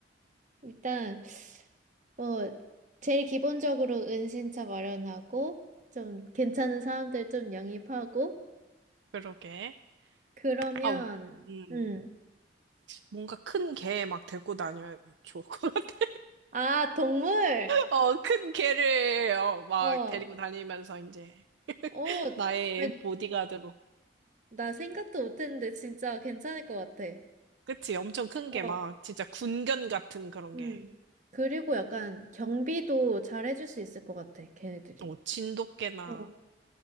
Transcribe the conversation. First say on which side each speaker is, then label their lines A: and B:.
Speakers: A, on the right; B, on the right.
A: 일단, 뭐, 제일 기본적으로 은신처 마련하고, 좀 괜찮은 사람들 좀 영입하고,
B: 그러게.
A: 그러면,
B: 아, 음,
A: 음.
B: 뭔가 큰 개 막 데리고 다녀야 좋을 것 같아.
A: 아, 동물!
B: 어, 큰 개를 어, 막
A: 어,
B: 데리고 다니면서 이제
A: 어,
B: 나의
A: 나,
B: 보디가드로.
A: 나 생각도 못했는데 진짜 괜찮을 것 같아.
B: 그치? 엄청 큰
A: 어,
B: 개 막 진짜 군견 같은 그런
A: 음.
B: 게.
A: 그리고 약간 경비도 잘해줄 수 있을 것 같아, 걔네들이.
B: 어, 진돗개나
A: 어,